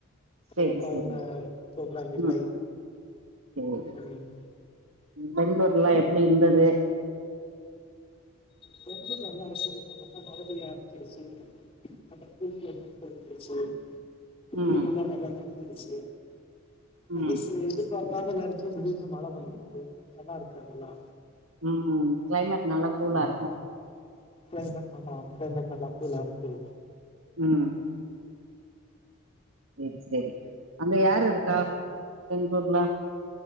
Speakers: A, on the left (about 30°); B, on the right (about 80°).
A: அதுக்கப்ற
B: சேரி சேரி
A: ஒன்ன புரோகிராம் இல்லை
B: ம் சேரி
A: <unintelligible>
B: பெங்களூர்லா எப்டி இருந்தது
A: பெங்ளூர் நல்லாருக்கு இப்ப ரொம்ப மழ பெய்ய ஆரம்பிச்சிருச்சு அந்த பூட்டி அருவி தொறந்துருச்சு
B: ம்
A: வீடுல்லா நல்லா தங்கிருச்சு புதுசு
B: ம்
A: இது சாதாரண நேரத்துல முடிஞ்சு மழை வந்துடுது நல்லா இருக்கு அதெல்லா
B: ம் கிளைமேட் நல்ல கூலாருக்கு
A: ம் கிளைமேட் நல்லா கிளைமேட் நல்லா கூலா இருக்கு
B: ம் செரி செரி அங்க யாரு இருக்கா பெங்ளுர்ல